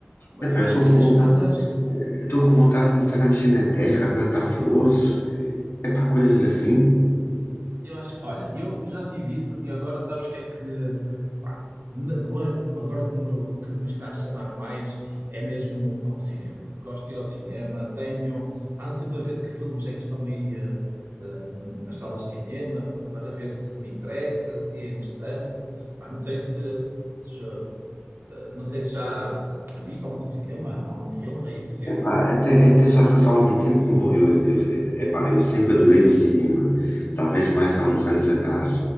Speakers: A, on the left (about 80°); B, on the right (about 75°).
A: Epá,
B: Eu
A: eu
B: acho
A: estou
B: que se
A: com vontade,
B: experimentares.
A: eu estou com vontade de começar a mexer na terra, plantar flores, epá, coisas assim.
B: Eu acho que, olha, eu já tive isso e agora sabes o que é que. pá, na- o- agora o que, me, o que me está a chamar mais é mesmo, pá, o cinema. Gosto de ir ao cinema, tenho. Ando sempre a ver que filmes é que estão aí eh, eh, nas salas de cinema pa- para ver se me interessa, se é interessante. Pá, não sei se. se já, eh, não sei se já. Se viste algum cinema, algum filme aí recente.
A: Epá, até, até já faz algum tempo que não vou. Eu, eu, epá, eu sempre adorei o cinema, talvez mais há uns anos atrás.